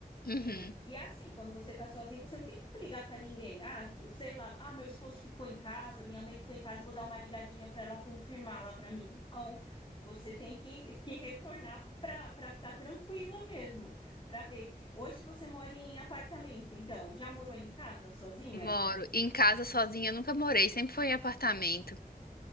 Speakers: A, on the left; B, on the left.
A: E,
B: Uhum.
A: e é assim, quando você está sozinho, você não tem como ligar para ninguém. Ah, eu sei lá, ah, meu esposo ficou em casa, minha mãe ficou em casa, vou dar uma ligadinha para ela confirmar lá para mim. Não, você tem que, que retornar para para ficar tranquila mesmo, para ver. Hoje você mora em apartamento, então, já morou em casa sozinha?
B: Moro. Em casa sozinha eu nunca morei, sempre foi em apartamento.